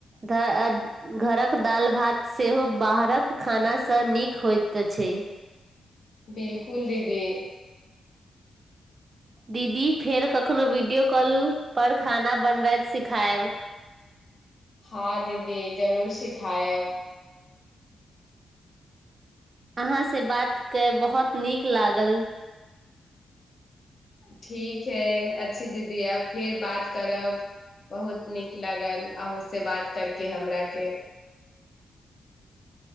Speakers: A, on the right (about 35°); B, on the left (about 45°).
A: ध् अ घरक दालि भात सेहो बाहरक खानासँ नीक होइत छै।
B: बिलकुल दीदी।
A: दीदी फेर कखनोहु वीडियो कॉल पर खाना बनबैत सिखायब।
B: हँ दीदी जरूर सिखायब।
A: अहाँसँ बात क बहुत नीक लागल।
B: ठीक है अच्छी दीदी आब फेर बात करब बहुत नीक लागल अहूँसँ बात करके हमराके।